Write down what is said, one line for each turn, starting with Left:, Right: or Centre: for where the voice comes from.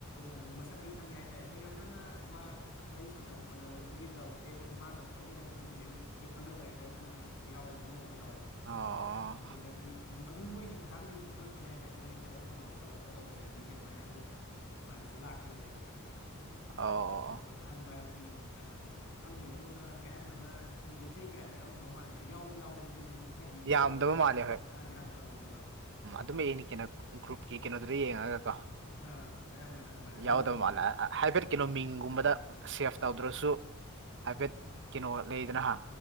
Left: ꯑꯗꯨ ꯑꯗꯨꯝ ꯃꯁꯛꯇꯤ ꯈꯪꯉꯤ ꯍꯥꯏꯇꯥꯔꯦ ꯍꯣꯏ ꯌꯥꯝ ꯀꯟꯅ ꯋꯥ ꯋꯥꯔꯤ ꯁꯥꯟꯅꯕ ꯈꯣꯠꯅꯕ ꯑꯗꯨꯕꯨꯗꯤ ꯇꯧꯔ ꯇꯦ ꯑꯗꯨꯒ ꯃꯥꯒ ꯂꯣꯏꯅꯔꯛꯄꯁꯤꯡꯗꯨꯗꯤ ꯑꯗꯨꯝ ꯑꯩꯈꯣꯏ ꯈꯪꯅꯕ ꯌꯥ ꯋꯥꯔꯤ ꯁꯥꯟꯅꯕ ꯌꯥꯎꯋꯦ ꯂꯣꯏꯅꯔꯛꯄ ꯌꯥꯎꯋꯦꯕ
Right: ꯑꯣ
Left: ꯑꯗꯨꯗꯒꯤ ꯑꯗꯨꯝ ꯃꯣꯏꯒꯤ ꯈꯨꯠꯊꯥꯡꯁꯤꯡꯁꯨ ꯈꯪꯉꯛꯄꯅꯦ ꯍꯥꯏꯇꯥꯔꯦ ꯃꯣꯏꯅ ꯁ꯭ꯇꯦꯇꯁ ꯊꯝꯃꯛꯄ ꯈꯣꯠꯂꯛꯄ ꯇꯧꯕꯗꯒꯤ ꯑꯗꯨꯃꯥꯏꯅꯁꯨ ꯁꯨꯃꯥꯏꯅ ꯁꯤ ꯂꯥꯛꯈꯤꯕꯅꯦꯕꯀꯣ
Right: ꯑꯣ ꯑꯣ
Left: ꯑ ꯈꯪ ꯃꯥ ꯁꯤ ꯀ ꯈꯪꯗꯦꯕ ꯑꯗꯨꯅ ꯑꯌꯥꯝꯕꯅ ꯁ ꯃꯩꯇꯩ ꯀꯌꯥꯗꯤ ꯌꯥꯎꯔꯝꯗꯧ ꯃꯥꯟꯗꯦ ꯌꯥꯎꯗꯤ ꯌꯥꯎꯕꯅꯦ ꯑꯗꯨꯏꯁꯨ ꯈꯔꯗꯤ ꯌꯥꯎꯗꯕꯅꯦ
Right: ꯌꯥꯝꯗꯕ ꯃꯥꯜꯂꯦ ꯍꯣꯏ
Left: ꯑꯥ ꯌꯥꯝ ꯕꯅꯦꯕ
Right: ꯎꯝ ꯑꯗꯨꯝ ꯌꯦꯡꯅꯤ ꯀꯩꯅꯣ ꯒ꯭ꯔꯨꯞꯀꯤ ꯀꯩꯅꯣꯗꯨꯗ ꯌꯦꯡꯉꯒ ꯀ
Left: ꯑꯥ ꯑꯌꯥꯝꯕꯅ ꯑꯗꯨꯃꯥꯏꯅꯗꯤ
Right: ꯌꯥꯎꯗꯕ
Left: ꯑꯣꯏꯕꯅꯦ
Right: ꯃꯥꯜꯂꯦ ꯍꯥꯏꯐꯦꯠ ꯀꯩꯅꯣ ꯃꯤꯡꯒꯨꯝꯕꯗ ꯁꯦꯞ ꯇꯧꯗ꯭ꯔꯁꯨ ꯍꯥꯏꯐꯦꯠ ꯀꯩꯅꯣ ꯂꯩꯗꯅꯍ